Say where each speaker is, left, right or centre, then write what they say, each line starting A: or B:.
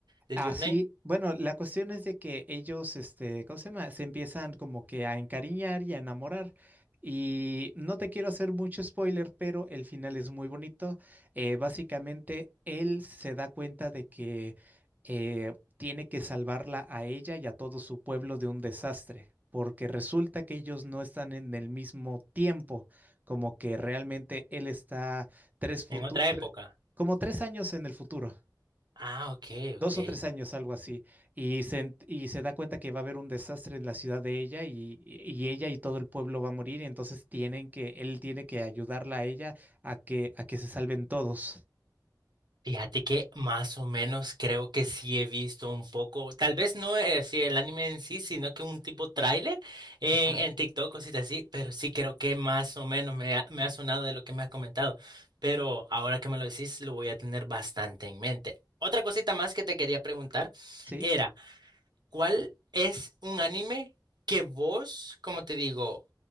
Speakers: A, on the right; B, on the right.
A: de
B: Ah,
A: Your
B: sí.
A: Name,
B: Bueno, la cuestión es de que ellos, este, ¿cómo se llama? Se empiezan como que a encariñar y a enamorar. Y no te quiero hacer mucho spoiler, pero el final es muy bonito. Eh, básicamente, él se da cuenta de que eh, tiene que salvarla a ella y a todo su pueblo de un desastre, porque resulta que ellos no están en el mismo tiempo, como que realmente él está tres
A: en
B: futu-
A: otra época.
B: tre- como tres años en el futuro
A: Ah, ok,
B: dos
A: ok.
B: o tres años, algo así, y se, ent- y se da cuenta que va a haber un desastre en la ciudad de ella y, y ella y todo el pueblo va a morir, y entonces tienen que, él tiene que ayudarla a ella a que, a que se salven todos,
A: Fíjate que más o menos creo que sí he visto un poco, tal vez no es así el anime en sí, sino que un tipo tráiler en,
B: Ajá.
A: en TikTok, cositas así, pero sí creo que más o menos me ha, me ha sonado de lo que me has comentado. Pero ahora que me lo decís, lo voy a tener bastante en mente. Otra cosita más que te quería preguntar
B: ¿sí?
A: era. ¿Cuál es un anime que vos, como te digo,